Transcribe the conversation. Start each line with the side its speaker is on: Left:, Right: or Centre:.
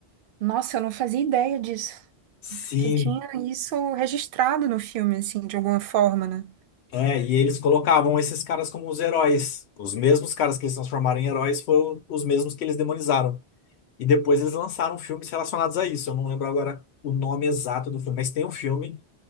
Right: Nossa, eu não fazia ideia disso.
Left: Sim,
Right: Que tinha isso registrado no filme, assim, de alguma forma, né?
Left: É, e eles colocavam esses caras como os heróis. Os mesmos caras que eles transformaram em heróis foram os mesmos que eles demonizaram. E depois eles lançaram filmes relacionados a isso. Eu não lembro agora o nome exato do filme, mas tem um filme